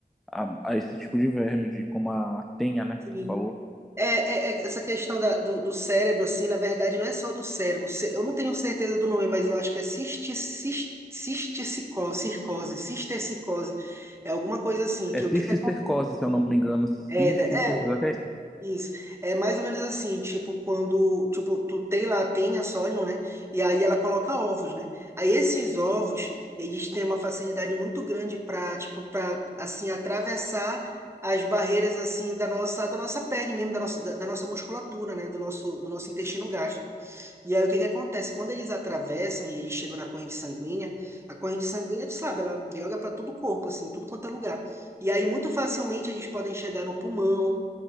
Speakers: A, in the centre; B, on the right.
A: a, a esse tipo de verme, de como a tenha, né, que
B: Sim.
A: tu falou.
B: É, é- é essa questão da- do, do cérebro, assim, na verdade, não é só do cérebro. Ce- Eu não tenho certeza do nome, mas eu acho que é cisti, cis- cisticicose, circose, cistercicose. É alguma coisa assim,
A: É
B: que
A: cisticercose,
B: o que que
A: se eu não me engano, cisticercose,
B: é, é,
A: acho que é
B: Isso. É mais ou menos assim, tipo, quando, tipo, tu tem lá, tem a Sorium, né? E aí ela coloca ovos, né? Aí esses ovos, eles têm uma facilidade muito grande para, tipo, para assim atravessar as barreiras assim da nossa da nossa pele mesmo, da nossa, da, da nossa musculatura, né, do nosso do nosso intestino gástrico. E aí o que que acontece? Quando eles atravessam e eles chegam na corrente sanguínea, a corrente sanguínea, tu sabe, ela joga para todo o corpo assim, tudo quanto é lugar. E aí muito facilmente eles podem chegar no pulmão